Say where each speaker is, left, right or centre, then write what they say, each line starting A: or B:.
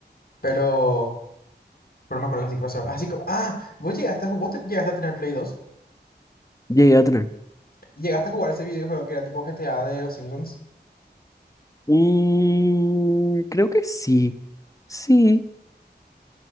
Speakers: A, on the left (about 55°); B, on the left (about 20°).
A: pero, pero me acuerdo que sí que pasó. Así que, ah, vos llegaste, a ju- vos te- llegaste a tener Play 2?
B: Llegué a tener.
A: ¿Llegaste a jugar ese videojuego que era tipo GTA de los Simpsons?
B: Mm, creo que sí, sí,